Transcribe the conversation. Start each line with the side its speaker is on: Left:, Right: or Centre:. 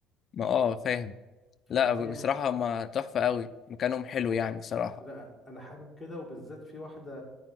Left: ما اه فاهم
Centre: فدي
Left: لا بصراحة
Centre: ح-
Left: هما تحفة قوي مكانهم حلو يعني صراحة
Centre: لا انا حابب كده وبالذات في واحده